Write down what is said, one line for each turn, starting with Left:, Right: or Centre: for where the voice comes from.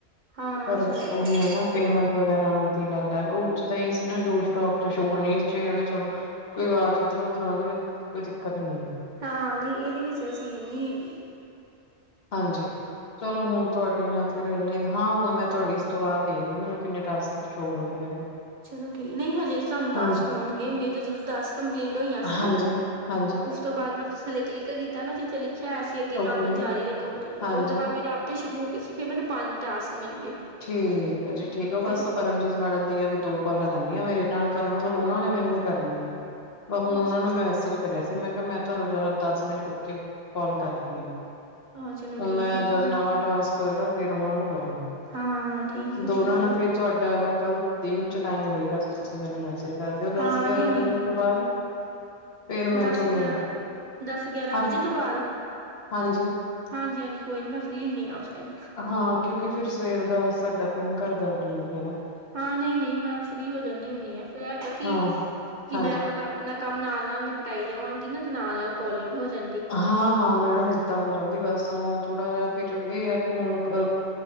Right: ਹਾਂ
Left: ਪਰ
Right: ਸਹੀ
Left: ਉਹੀ
Right: ਗੱਲ
Left: ਹੈ ਨਾ। ਪੇਮੈਂਟ ਵਗੈਰਾ ਆਉਣ ਦੀ ਗੱਲ ਹੈ ਉਸ ਚ ਤਾਂ ਇਹ ਸੀ ਨਾ ਜੋ ਸਟੋਕ 'ਚ ਸ਼ੋ ਨਹੀ ਇਸ 'ਚ ਇਹ ਹੈ ਵੀ ਚਲੋ ਕੋਈ ਆਵਾਜ਼ ਇੱਧਰ- ਉੱਧਰ ਆਵੇ ਕੋਈ ਦਿੱਕਤ ਨਹੀ ਹੈ।
Right: ਹਾਂ ਨਹੀਂ, ਇਹਦੇ ਵਿੱਚ ਇਹ ਚੀਜ਼ ਨਹੀਂ ਹੈਗੀ।
Left: ਹਾਂਜੀ, ਚਲੋ ਹੁਣ ਤੁਹਾਡੇ ਨਾਲ। ਫਿਰ ਨਹੀਂ ਹਾਂ ਹੁਣ ਮੈਂ ਤੁਹਾਡੀ ਇਸ ਤੋਂ ਬਾਅਦ ਦੇਖਦੀ ਮੈਨੂੰ ਕਿੰਨੇ ਟਾਸਕ ਸ਼ੋ ਹੁੰਦੇ ਹੈਗੇ।
Right: ਚਲੋ ਠੀਕ ਨਹੀਂ, ਹਜੇ ਤੇ ਤੁਹਾਨੂੰ ਟਾਸਕ
Left: ਹਾਂਜੀ,
Right: ਆਉਣਗੇ ਮੇਰੇ ਜਦੋਂ ਦਸ ਕੰਪਲੀਟ ਹੋਈਆਂ ਸੀ ਨਾ
Left: ਹਾਂਜੀ- ਹਾਂਜੀ
Right: ਉਸ ਤੋਂ ਬਾਅਦ ਮੈਂ ਥੱਲੇ ਕਲਿੱਕ ਕੀਤਾ ਨਾ, ਜਿੱਥੇ ਲਿਖਿਆ ਸੀ ਅੱਗੇ ਕੰਮ
Left: ਓਕੇ
Right: ਜਾਰੀ ਰੱਖੋ ਤੇ
Left: ਹਾਂਜੀ।
Right: ਉਸ ਤੋਂ ਬਾਅਦ ਮੇਰੇ ਆਪ ਤਾਂ ਸ਼ੁਰੂ ਹੋ ਗਿਆ ਸੀ, ਫਿਰ ਮੈਨੂੰ ਪੰਜ ਟਾਸਕ ਮਿਲ ਗਏ
Left: ਠੀਕ ਹੈ ਜੀ ਠੀਕ ਹੈ
Right: ਫਿਰ
Left: ਬਸ ਪਰਮਜੀਤ ਮੈਡਮ ਦੀਆਂ ਵੀ ਦੋ ਕਾਲਾਂ ਰਹਿੰਦੀਆਂ ਮੇਰੇ ਨਾਲ ਕਰਨ ਮਤਲਬ ਉਹਨਾਂ ਨੇ ਮੈਨੂੰ ਕਰਨੀਆਂ। ਹੁਣ
Right: ਅੱਛਾ
Left: ਉਹਨਾਂ ਨੂੰ ਮੈਸੇਜ ਕਰਿਆ ਸੀ, ਮੈਂ ਕਿਹਾ ਮੈਂ ਤੁਹਾਨੂੰ ਜ਼ਰਾ ਦਸ ਮਿੰਟ ਰੁਕ ਕੇ ਕਾਲ ਕਰਦੀ ਹਾਂ।
Right: ਹਾਂ ਚਲੋ
Left: ਹੁਣ
Right: ਠੀਕ
Left: ਮੈਂ
Right: ਹੈ
Left: ਜਦ
Right: ਠੀਕ ਹੈ
Left: ਨਵਾਂ ਟਾਸਕ ਹੋਏਗਾ ਫੇਰ ਉਹਨਾਂ ਨੂੰ ਕਰੂ
Right: ਹਾਂ ਠੀਕ ਹੈ
Left: ਦੋਨਾਂ
Right: ਠੀਕ
Left: ਨਾਲ
Right: ਹੈ
Left: ਫੇਰ ਤੁਹਾਡਾ, ਅਗਰ ਕੱਲ ਦਿਨ ਚ ਟਾਈਮ ਹੋਏਗਾ, ਤੁਸੀਂ ਮੈਨੂੰ ਮੈਸੇਜ ਕਰ ਦਿਓ
Right: ਹਾਂ
Left: ਦਸ ਗਿਆਰਾਂ
Right: ਨਹੀਂ
Left: ਵਜੇ
Right: ਨਹੀਂ
Left: ਤੋਂ ਬਾਅਦ। ਫੇਰ ਮੈਂ
Right: ਦਸ
Left: ਤੁਹਾਨੂੰ
Right: ਗਿਆਰਾਂ, ਦਸ ਗਿਆਰਾਂ
Left: ਹਾਂ
Right: ਵਜੇ ਤੋਂ ਬਾਅਦ
Left: ਹਾਂਜੀ
Right: ਹਾਂਜੀ -ਹਾਂਜੀ, ਕੋਈ ਨਹੀਂ ਮੈਂ ਫਰੀ ਹੁੰਦੀ ਹਾਂ ਉਸ ਟਾਈਮ
Left: ਹਾਂ ਕਿਉਂਕਿ ਫੇਰ ਸਵੇਰ ਦਾ ਸਾਡਾ ਫਿਰ ਘਰ ਦਾ ਰੂਟੀਨ ਵੀ ਹੈਨਾ।
Right: ਹਾਂ ਨਹੀਂ, ਨਹੀਂ ਮੈਂ ਫ੍ਰਰੀ ਹੋ ਜਾਂਦੀ ਹੁੰਦੀ ਆ, ਫਿਰ ਇਹ ਹੈਗਾ
Left: ਹਾਂ
Right: ਕਿ
Left: ਹਾਂਜੀ
Right: ਮੈਂ ਮਤਲਬ ਆਪਣਾ ਕੰਮ ਨਾਲ -ਨਾਲ ਨਿਪਟਾਈ ਜਾਵਾਂਗੀ ਨਾਲ- ਨਾਲ ਕੋਲਿੰਗ ਕੋ ਜਾਂਏ
Left: ਹਾਂ-ਹਾਂ। ਮੈਡਮ ਏਦਾਂ ਹੋ ਜਾਂਦੀ ਬੱਸ ਹੁਣ ਥੋੜ੍ਹਾ ਜਹਾ ਫੇਰ ਇਹ ਆ ਕਿ ਹੁਣ ਅ